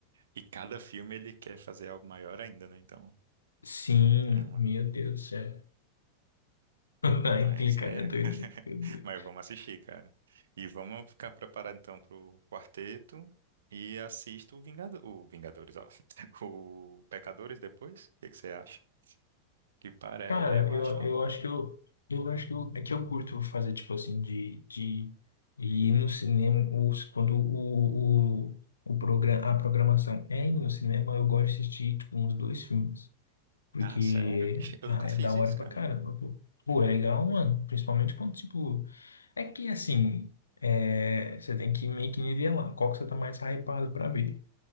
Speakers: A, on the right; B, on the left.
A: E cada filme ele quer fazer algo maior ainda, né? Então.
B: Sim,
A: É uma
B: meu Deus do céu. <laughs> Aquele
A: Mas
B: cara
A: é.
B: é doido,
A: <laughs>
B: meu Deus.
A: Mas vamos assistir, cara. E vamos ficar preparado então pro quarteto e assisto o Vingado... o Vingadores, ó. <laughs> O Pecadores depois. O que que você acha? Que para
B: Cara,
A: é, eu
B: eu,
A: acho uma
B: eu
A: boa.
B: acho que eu, eu acho que eu, é que eu curto fazer, tipo assim, de, de ir no cinema os, quando o, o, o programa, a programação é ir no cinema, eu gosto de assistir, tipo, uns dois filmes. Porque
A: Ah, sério? Eu
B: ah,
A: nunca
B: é
A: fiz
B: da hora
A: isso,
B: pra
A: cara.
B: caramba, pô. Pô, é legal, mano. Principalmente quando, tipo. É que assim, é, você tem que meio que nivelar. Qual que você tá mais hypado pra ver?